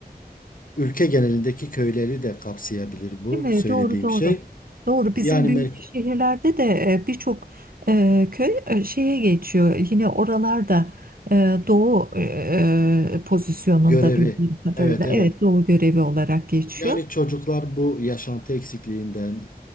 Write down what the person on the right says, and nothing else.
Değil mi?
Doğru doğru.
Doğru. Bizim
büyük
şehirlerde de e, birçok e, köy e, şeye geçiyor. Yine oralarda e, doğu e, e, pozisyonunda
bildiğim kadarıyla.
Evet, doğu görevi olarak geçiyor.